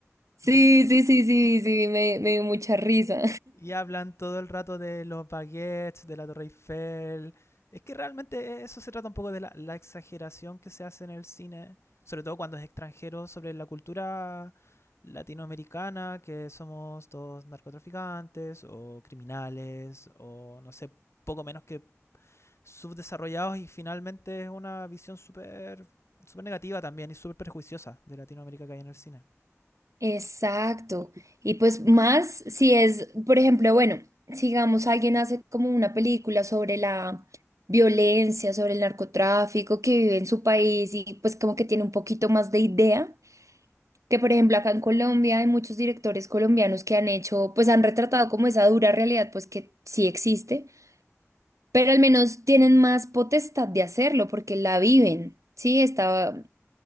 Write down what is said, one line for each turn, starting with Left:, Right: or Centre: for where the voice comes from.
Right: Sí, sí, sí, sí, sí, me, me dio mucha risa.
Left: Y hablan todo el rato de los baguettes, de la Torre Eiffel. Es que realmente e-, eso se trata un poco de la, la exageración que se hace en el cine, sobre todo cuando es extranjero, sobre la cultura latinoamericana, que somos todos narcotraficantes o criminales o no sé, poco menos que subdesarrollados y finalmente es una visión súper súper negativa también y súper perjuiciosa de Latinoamérica que hay en el cine.
Right: Exacto. Y pues más si es, por ejemplo, bueno, sigamos, alguien hace como una película sobre la violencia, sobre el narcotráfico que vive en su país y pues como que tiene un poquito más de idea, que por ejemplo acá en Colombia hay muchos directores colombianos que han hecho, pues han retratado como esa dura realidad, pues que sí existe, pero al menos tienen más potestad de hacerlo porque la viven. Sí, está,